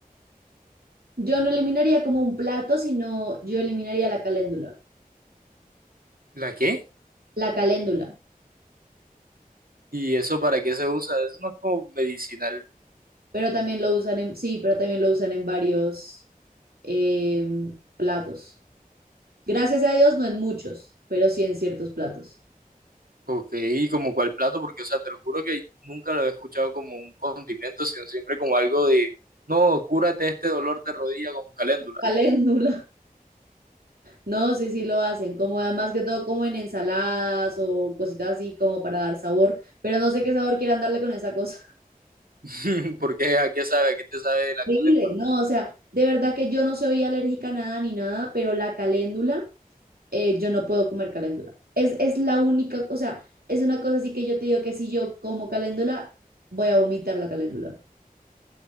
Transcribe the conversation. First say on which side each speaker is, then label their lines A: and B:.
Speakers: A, on the right; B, on the right.
A: Yo no eliminaría como un plato, sino yo eliminaría la caléndula.
B: ¿La qué?
A: La caléndula.
B: ¿Y eso para qué se usa? Eso no es como medicinal.
A: Pero también lo usan en, sí, pero también lo usan en varios em, platos. Gracias a Dios, no en muchos, pero sí en ciertos platos.
B: Ok, ¿y como cuál plato? Porque, o sea, te lo juro que nunca lo he escuchado como un condimento, sino siempre como algo de, no, cúrate este dolor de rodilla con caléndula.
A: Caléndula. No, sí, sí lo hacen, como más que todo como en ensaladas o cositas así como para dar sabor, pero no sé qué sabor quieran darle con esa cosa.
B: <laughs> Porque, ¿a qué sabe? ¿A qué te sabe
A: <laughs>
B: la
A: Horrible,
B: caléndula?
A: no, o sea, de verdad que yo no soy alérgica a nada ni nada, pero la caléndula, eh, yo no puedo comer caléndula. Es, es la única, o sea, es una cosa así que yo te digo que si yo como caléndula, voy a vomitar la caléndula.